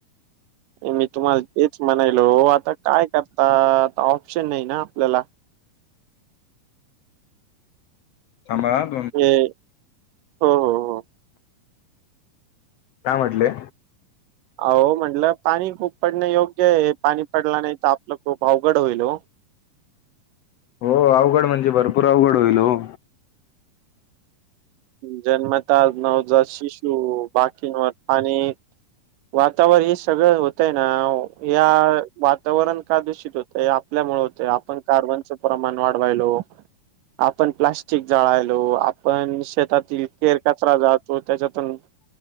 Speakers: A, on the right; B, on the left.
A: मी तुम्हाला तेच म्हणायलो आता काय करता आता ऑप्शन नाही ना आपल्याला
B: थांबा हां
A: येय हो हो हो
B: काय म्हटले?
A: अहो म्हटलं पाणी खूप पडणं योग्य आहे पाणी पडला नाही तर आपलं खूप अवघड होईल हो.
B: हो अवघड म्हणजे भरपूर अवघड होईल हो.
A: जन्मता नवजात शिशू बाकीवर आणि वातावरण हे सगळं होत आहे ना या वातावरण का दूषित होतं. ते आपल्यामुळे होते आपण कार्बनचे प्रमाण वाढवायलो. आपण प्लास्टिक जळायलो. आपण शेतातील केर कचरा जातो त्याच्यातून